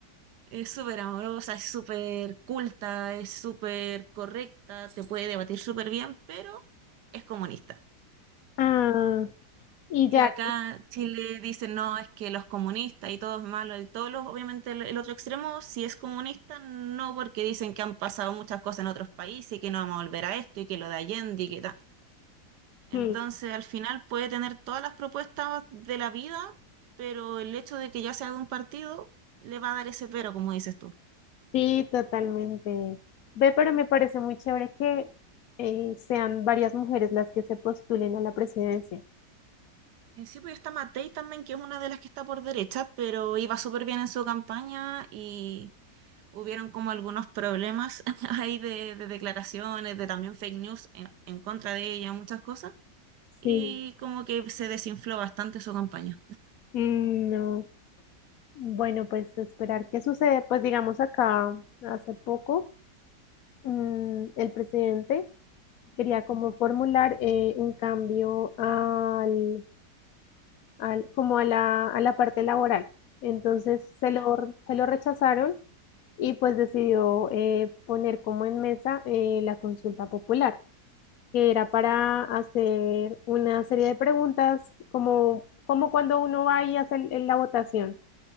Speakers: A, on the right; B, on the left.
A: Es súper amorosa, es súper culta, es súper correcta, se puede debatir súper bien, pero es comunista.
B: Ah, y
A: Y
B: ya.
A: acá en Chile dicen, no, es que los comunistas y todo es malo, y todos los, obviamente el, el otro extremo, si es comunista, no porque dicen que han pasado muchas cosas en otros países y que no vamos a volver a esto y que lo de Allende y que tal. Entonces,
B: Mm,
A: al final puede tener todas las propuestas de la vida, pero el hecho de que ya sea de un partido le va a dar ese pero, como dices tú.
B: Sí, totalmente. Ve, pero me parece muy chévere que eh, sean varias mujeres las que se postulen a la presidencia.
A: En sí, pues está Matei también, que es una de las que está por derecha, pero iba súper bien en su campaña y hubieron como algunos problemas <laughs> ahí de, de declaraciones, de también fake news en, en contra de ella, muchas cosas, y
B: Sí.
A: como que se desinfló bastante su campaña.
B: Mm, no. Bueno, pues esperar qué sucede. Pues digamos acá hace poco. mm, el presidente quería como formular eh, un cambio al, al- como a la, a la parte laboral. Entonces se
A: Ya.
B: lo, se lo rechazaron y pues decidió eh, poner como en mesa eh, la consulta popular, que era para hacer una serie de preguntas como, como cuando uno va y hace el- la votación